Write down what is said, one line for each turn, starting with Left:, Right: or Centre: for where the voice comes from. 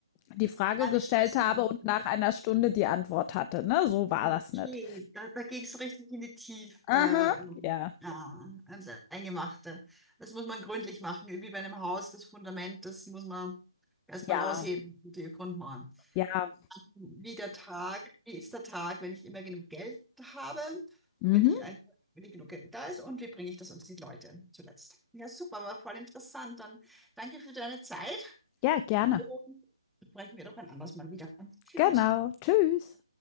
Left: die Frage
Centre: War
Left: gestellt
Centre: nicht mehr so.
Left: habe
Centre: nach-
Left: und nach einer Stunde die Antwort hatte. Ne? So war
Centre: Okay,
Left: das nicht.
Centre: da, da ging es richtig in die Tiefe.
Left: Aha, ja,
Centre: Ja, also Eingemachte. Das muss man gründlich machen, wie bei einem Haus, das Fundament, das muss man erstmal
Left: ja,
Centre: ausheben, die Grundmauern.
Left: ja.
Centre: wie der Tag, wie ist der Tag, wenn ich immer genug Geld habe,
Left: Mhm.
Centre: wenn ich einfach, wenn ich genug Geld da ist und wie bringe ich das unter die Leute zuletzt. Ja, super, war voll interessant. Dann danke für deine Zeit
Left: Ja, gerne.
Centre: und sprechen wir doch ein anderes Mal wieder. Tschüss.
Left: Genau. Tschüss.